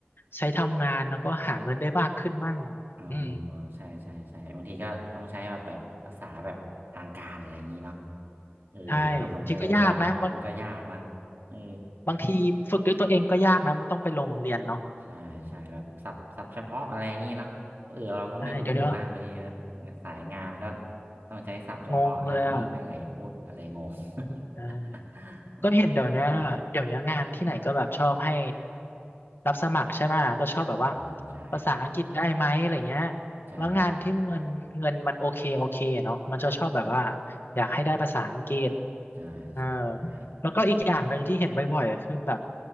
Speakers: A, on the left; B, on the right.
A: ใช้ทำงานแล้วก็หาเงินได้มากขึ้นมั่ง
B: เออ
A: อืม
B: ใช่ใช่ใช่บางทีก็ต้องใช้แบบแบบภาษาแบบทางการอะไรอย่างนี้เนาะเออมันก็มันก็ยากมันก็ยากนะ
A: ใช่บางทีก็ยากนะบาง
B: เออ
A: บางทีฝึกด้วยตัวเองก็ยากนะมันต้องไปลงเรียนเนาะ
B: ใช่ใช่แบบศัพท์ศัพท์เฉพาะอะไรอย่างนี้นะเออเราก็ไม่รู้นะบางที
A: ใช่เดี๋ยวเดี๋ยว
B: สายงานก็ต้องใช้ศัพท์เฉพาะนะอันนี้อะไรพูดอะไรงง
A: งงเลยอ่ะใช่
B: <laughs> อ๋อ
A: ก็เห็นเดี๋ยวเนี้ยเดี๋ยวเนี้ยงานที่ไหนก็แบบชอบให้
B: ใช่
A: รับสมัครใช่ไหมก็ชอบแบบว่า
B: เกินใช่
A: ภาษาอังกฤษได้ไหมอะไรเงี้ย
B: ใช่เหมน
A: แล้วงานที่เงินเงินมันโอเคโอเคอะเนาะมันจะชอบแบบว่าอยากให้ได้ภาษาอังกฤษ
B: ใช่ใช่ใช่
A: เออแล้วก็อีกอย่างหนึ่งที่เห็นบ่อยๆก็คือแบบ